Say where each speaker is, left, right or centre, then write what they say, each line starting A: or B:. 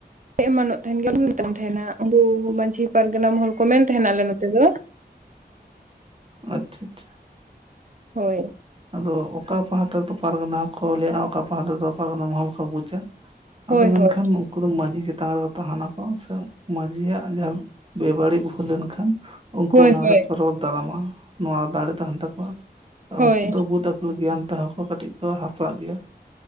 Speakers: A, on the right; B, on the right.
A: ᱮᱢᱟᱱᱚᱜ ᱛᱟᱦᱮᱱ ᱜᱮᱭᱟ <unintelligible> ᱟᱵᱩ ᱢᱟᱡᱷᱤ ᱯᱟᱨᱜᱟᱱᱟ ᱢᱚᱦᱚᱞ ᱠᱚ ᱢᱮᱱ ᱛᱟᱦᱮᱱᱟ ᱟᱞᱮ ᱱᱚᱛᱮ ᱫᱚ᱾
B: ᱟᱪᱪᱷᱟ ᱟᱪᱪᱷᱟ
A: ᱦᱳᱭ
B: ᱟᱫᱚ ᱚᱠᱟ ᱯᱟᱦᱴᱟ ᱫᱚ ᱯᱟᱨᱜᱟᱱᱟ ᱦᱚᱸ ᱠᱚ ᱞᱟᱹᱭᱟ-ᱟ ᱚᱠᱟ ᱯᱟᱦᱴᱟ ᱫᱚ ᱯᱟᱨᱜᱟᱱᱟ ᱢᱚᱦᱚᱞ ᱠᱚ ᱵᱩᱡᱽ-ᱟ᱾
A: ᱦᱳᱭ
B: ᱟᱫᱚ ᱢᱮᱱᱠᱷᱟᱱ
A: ᱦᱳᱭ
B: ᱩᱱᱠᱩ ᱫᱚ ᱢᱟᱡᱷᱤ ᱪᱮᱛᱟᱱ ᱨᱮ ᱛᱟᱦᱮᱱᱟᱠᱚ ᱥᱮ ᱢᱟᱡᱷᱤᱭᱟᱜ ᱡᱟᱸᱦᱟ᱾ ᱵᱮᱵᱟᱹᱲᱤᱜ ᱦᱩᱭ ᱞᱮᱱᱠᱷᱟᱱ ᱩᱱᱠᱩ
A: ᱦᱳᱭ
B: ᱚᱱᱟ
A: ᱦᱳᱭ
B: ᱨᱮ ᱠᱚ ᱨᱚᱲ᱾ ᱫᱟᱨᱟᱢᱟ ᱱᱚᱣᱟ ᱫᱟᱲᱮ ᱛᱟᱦᱮᱱ ᱛᱟᱠᱚᱣᱟ
A: ᱦᱳᱭ
B: ᱩᱱᱠᱩ ᱫᱚ ᱵᱩᱫᱷ ᱟᱹᱠᱤᱞ ᱜᱮᱭᱟᱱ ᱛᱮᱦᱚᱸ ᱠᱚ ᱠᱟᱹᱴᱤᱡ ᱠᱚ ᱦᱟᱯᱲᱟᱜ ᱜᱮᱭᱟ